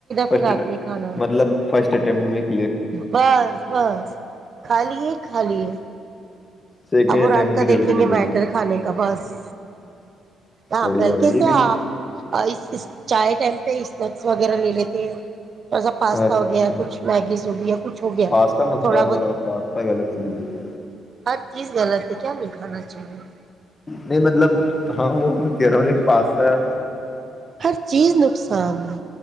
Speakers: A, on the left (about 25°); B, on the right (about 45°).
A: فسٹ
B: پھر رات میں کھانا
A: مطلب فرسٹ <unintelligible> م <unintelligible>
B: بس بس خالی ہے خالی ہے
A: سیکنڈ
B: اب وہ رات
A: اٹمپٹ
B: کا
A: کی
B: دیکھیں
A: ضرورت ہی نہیں
B: گے
A: پڑتی
B: میٹر کھانے کا بس ہ
A: بڑھیا
B: بلکسے
A: ہے یہ بھی
B: آپ چائے ٹائم پہ اسنیکس وغیرہ لے لیتے ہیں تھوڑا سا پاستا
A: اچھا
B: ہو گیا کچھ میگیز ہو گیا کچھ ہو گیا
A: پاستا مت
B: تھوڑا
A: کھایا کرو
B: بہت
A: آپ پاستا غلط چیز ہے
B: ہر <unintelligible> ک غلط سے کیا نکھانا چاہیے <unintelligible>
A: نہیں مطلب ہاں وہ میں کہہ رہا ہوں پاس س
B: ہر چیز نقصان دہ